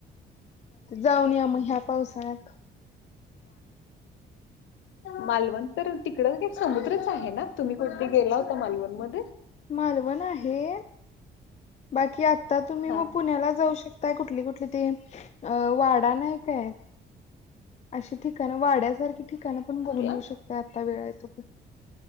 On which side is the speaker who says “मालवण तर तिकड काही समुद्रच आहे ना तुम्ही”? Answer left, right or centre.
Left